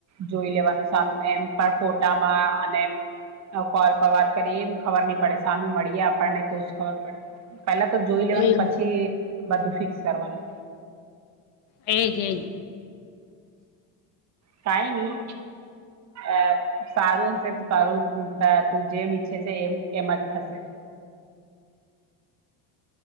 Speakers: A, on the right; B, on the left.
A: જોઈ લેવાનું સમ એમ પણ ફોટામાં અને કોલ પર વાત કરીએ ખબર નહી પડે સામે આપણને તો જ ખબર પડે પેલા તો જોઈ
B: એજ
A: લેવાનું પછી બધું ફિક્સ કરવાનું
B: એજ એજ
A: કાઈ ની અ સારું હશે તો તારું તું જેમ ઈચ્છે છે એમ એમ જ થશે